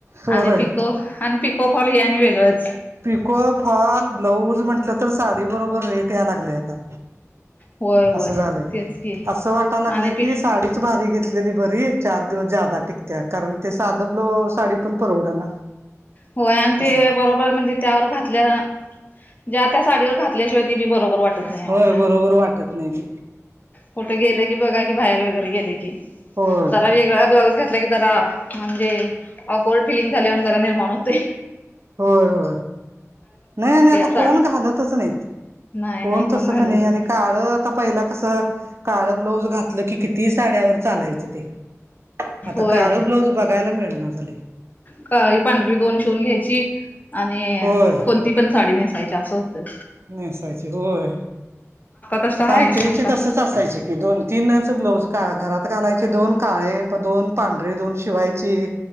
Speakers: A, on the right; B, on the left.
A: होय.
B: आणि पिको आणि पिको फाँल हे आणि वेगळंच.
A: पिको फॉल ब्लाऊज म्हटलं तर साडी बरोबर रेट याय लागलंय आता.
B: होय होय
A: असं झालंय
B: तेच की
A: असं वाटा लागलंय
B: आणि पि
A: की साडी भारी घेतलेली बरी चार दिवस ज्यादा टिकत्या. कारण ते साधं ब्लाउज साडी पण परवडना.
B: होय आणि ते
A: असं.
B: बरोबर म्हणजे त्यावर घातल्या ज्या त्या साडीवर घातल्याशिवाय ते बी बरोबर वाटतं नाही. अहो
A: होय बरोबर वाटतं नाही. ते
B: कुठं गेले की बघा की बाहेर वगैरे गेले की
A: होय
B: जरा वेगळा ब्लाउज घेत की जरा म्हणजे अपोर्ड फिलिंग झाल्यावर जरा निर्माण होतये.
A: होय होय. नाही आणि आता
B: साठ
A: कोण घालायचं नाहीत
B: नाही
A: कोण
B: नाही
A: तसं
B: घालत
A: कणी काळं आता पहिला कसं काळं ब्लाऊज घातलं की किती साड्यावर चालायचं ते. आता
B: होय
A: काळ ब्लाऊज बघायला मिळेना झालंय.
B: काळी पांढरी दोन शिवून घ्यायची आणि
A: होय.
B: कोणती पण साडी नेसायची असं च होत.
A: नेसायची होय
B: तसं
A: आता
B: आहे
A: आमच्या याच्यात
B: आता
A: असंच असायचे की दोन तीन ब्लाऊज घरात घालायचे दोन काळे दोन पांढरे दोन शिवायची